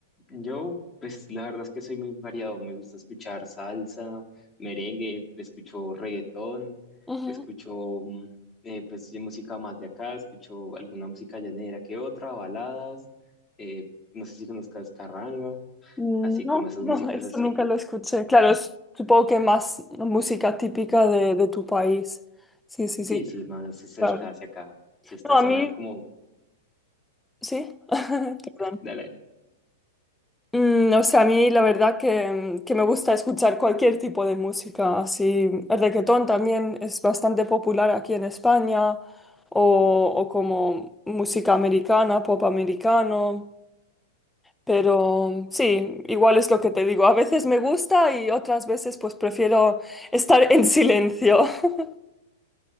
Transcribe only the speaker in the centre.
Ujú.
Mm,
No,
<laughs> no,
eso
nunca lo escuché. Claro, es- supongo que más música típica de, de tu país. Sí, sí, sí.
Claro.
No, a
mí
Sí, <laughs> perdón.
Mm, o sea, a mí la verdad que, que me gusta escuchar cualquier tipo de música, así el reggaetón también es bastante popular aquí en España, o, o como música americana, pop americano, pero sí, igual es lo que te digo, a veces me gusta y otras veces pues prefiero estar en silencio. <laughs>